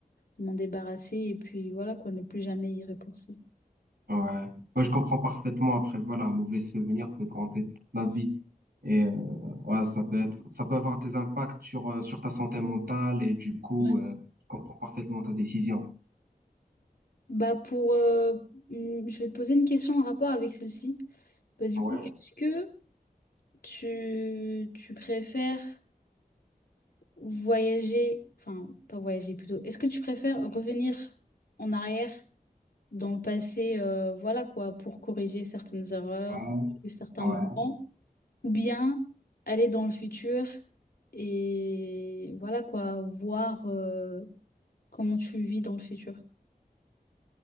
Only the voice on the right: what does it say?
ouais. Moi, je comprends parfaitement. Après, voilà, un mauvais souvenir peut te hanter toute la vie. Et euh, ouais, ça peut être, ça peut avoir des impacts sur, euh, sur ta santé mentale et du coup,
euh, je comprends parfaitement ta décision.
Ouais,
ouais,
ouais.